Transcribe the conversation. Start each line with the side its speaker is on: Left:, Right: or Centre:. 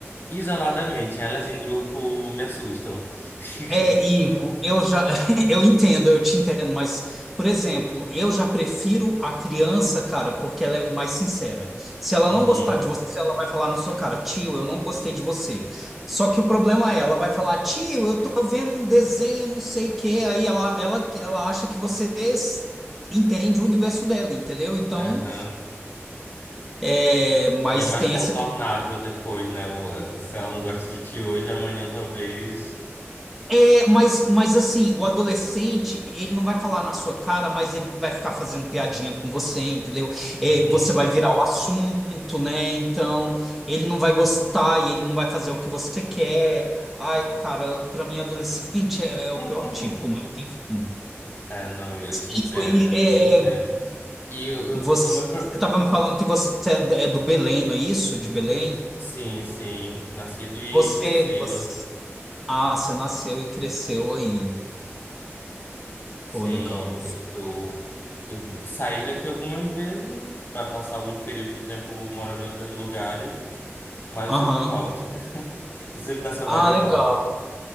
Left: isoladamente. Elas em grupo me assustam. <laughs>
Centre: É, Ivo, eu já <laughs> eu entendo, eu te entendo, mas, por exemplo, eu já prefiro a criança, cara, porque ela é mais sincera. Se ela
Left: Uhum,
Centre: não gostar de você, ela vai falar na sua cara, tio, eu não gostei de você. Só que o problema é, ela vai falar, tio, eu tô vendo um desenho, não sei o quê, aí ela, ela, ela acha que você entende o universo dela, entendeu? Então,
Left: aham.
Centre: é, mas
Left: E é mais
Centre: tem
Left: contornável
Centre: essa questão
Left: depois, né? O- eh, Se ela não gosta de ti hoje, amanhã talvez.
Centre: É, mas, mas assim, o adolescente, ele não vai falar na sua cara, mas ele vai ficar fazendo piadinha com você, entendeu? É,
Left: Uhum.
Centre: você vai virar o assunto, né? Então, ele não vai gostar e ele não vai fazer o que você quer. Ai, cara, pra mim, adolescente <laughs> é, é
Left: <laughs>
Centre: o pior tipo, mas enfim.
Left: É, não, eu
Centre: Sim,
Left: te entendo,
Centre: foi-
Left: eu
Centre: é,
Left: te entendo.
Centre: é,
Left: E eu, eu-
Centre: você,
Left: o meu. pro-
Centre: você tava me
Left: o-
Centre: falando que você é do é do Belém, não é isso? De Belém?
Left: Sim, sim, nascido e
Centre: Você,
Left: crescido.
Centre: você... Ah, você nasceu e cresceu aí.
Left: Sim,
Centre: Pô, legal.
Left: eu, eu eu saí daqui algumas vezes para passar alguns períodos de tempo morando em outros lugares, mas
Centre: Aham.
Left: eu sempre volto. <laughs> Eu sempre dá saudade,
Centre: Ah,
Left: eu
Centre: legal.
Left: volto.